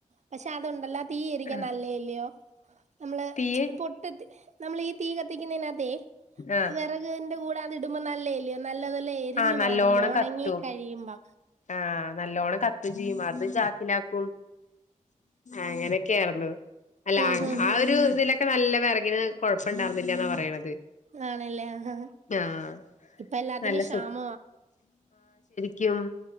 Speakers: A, on the right; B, on the left.
A: പക്ഷെ അതുണ്ടല്ലോ തീ ഇരിക്കാൻ
B: ആ
A: നല്ലേല്ലയോ നമ്മള്
B: തീയ്
A: പൊട്ട നമ്മൾ ഈ തീക ത്തിക്ക്ന്നതിനകത്തെ
B: ആ
A: വിറക് ന്റെ കൂടെ അത് ഇടുമ്പോ നല്ലേല നല്ലതെല്ലാം എരിഞ്ഞു
B: ആ നല്ലോണം
A: മാറി ഉണങ്ങി
B: കത്തും
A: എരിയുമ്പോ
B: ആ നല്ലോണം കത്തും ചെയ്യും അത് ക ത്തിലാക്കും അങ്ങനെയൊക്കെയായിരുന്നു അല്ല
A: ഹും ഹും ഹും
B: ആ ഒരു ഇതില ക്കെ നല്ല വിറകിന് കൊഴപ്പ ഇണ്ടായിരുന്നില്ലന്നാ പറയണത്
A: ആണല്ലേ ആ
B: ആഹ്
A: ഇപ്പ എല്ലാത്തിനും
B: നല്ല
A: ക്ഷാമ ആ
B: കും